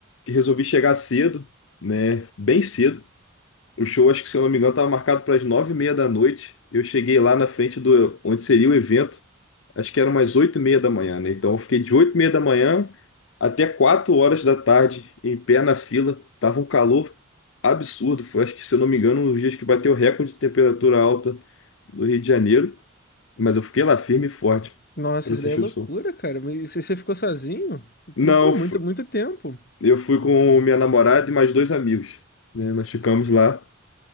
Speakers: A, on the left; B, on the left.
A: resolvi chegar cedo, né? Bem cedo o show, acho que se eu não me engano, estava marcado para as nove e meia da noite. Eu cheguei lá na frente do onde seria o evento, acho que eram umas oito e meia da manhã, né? Então eu fiquei de oito e meia da manhã até quatro horas da tarde em pé na fila. Tava um calor absurdo. Foi, acho que se eu não me engano, um dos dias que bateu o recorde de temperatura alta do Rio de Janeiro. Mas eu fiquei lá firme e forte
B: Nossa,
A: para
B: isso
A: assistir
B: daí é loucura,
A: o show.
B: cara. Mas Você você ficou sozinho?
A: Não,
B: Por- Pô, muito,
A: fu-
B: muito tempo.
A: eu fui com minha namorada e mais dois amigos, né? Nós ficamos lá.